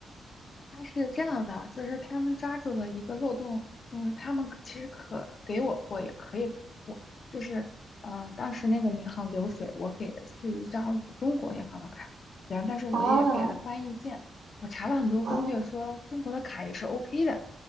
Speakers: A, on the left (about 50°); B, on the right (about 65°).
A: 他是这样的，就是他们抓住了一个漏洞，就是他们可其实可给我过，也可以不过，就是呃，当时那个银行流水，我给的是一张中国银行的卡，然后但是我也给了翻译件，
B: <laughs> 哦，
A: 我查了很多攻略说中国的卡也是
B: 哦
A: OK 的，